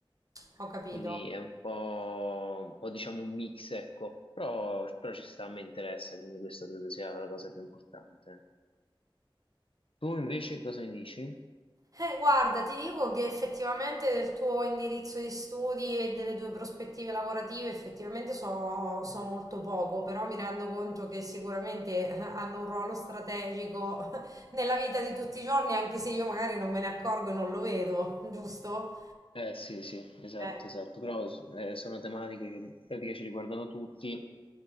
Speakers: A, on the right; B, on the left.
A: Ho capito.
B: Quindi è un po', un po', diciamo un mix, ecco, però, però ci sta, mi interessa, quindi questa credo sia la cosa più importante. Tu invece cosa mi dici?
A: Eh, guarda, ti dico che effettivamente del tuo indirizzo di studi e delle tue prospettive lavorative effettivamente so, so molto poco, però mi rendo conto che sicuramente eh, hanno un ruolo strategico <laughs> nella vita di tutti i giorni, anche se io magari non me ne accorgo e non lo vedo, giusto?
B: Eh sì, sì, esatto,
A: Eh.
B: esatto, però eh, sono tematiche che in pratica ci riguardano tutti,